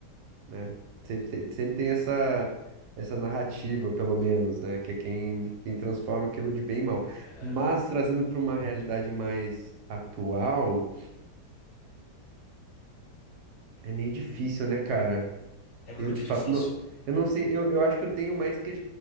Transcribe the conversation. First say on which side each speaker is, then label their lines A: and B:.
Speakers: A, on the right; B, on the left.
A: né? Sempre, tem- sempre tem essa, essa narrativa, pelo menos, né? Que é quem, quem transforma aquilo de bem em mal.
B: É,
A: Mas trazendo para uma realidade mais atual, é meio difícil, né, cara?
B: é muito
A: Eu de
B: difícil.
A: fato não, eu não sei, eu, eu acho que eu tenho mais que